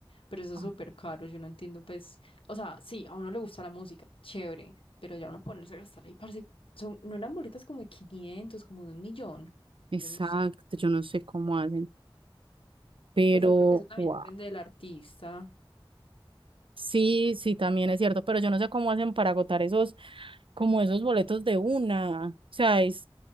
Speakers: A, on the left (about 70°); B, on the right (about 65°).
A: pero eso
B: Ah.
A: es súper caro. Yo no entiendo, pues, o sea, sí, a uno le gusta la música, chévere, pero ya uno ponerse a gastar ahí, parce, son, no eran boletas como de 500, como de un millón,
B: Exacto,
A: yo no sé.
B: yo no sé cómo hacen, pero
A: O pues yo creo que eso también
B: wow.
A: depende del artista.
B: Sí, sí, también es cierto, pero yo no sé cómo hacen para agotar esos, como esos boletos de una, o sea, es